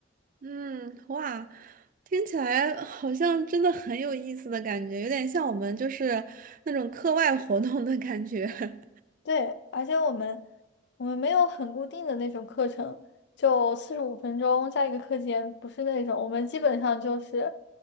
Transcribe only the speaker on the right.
嗯，哇，听起来好像真的很有意思的感觉，有点像我们就是那种课外活动的感觉。<laughs>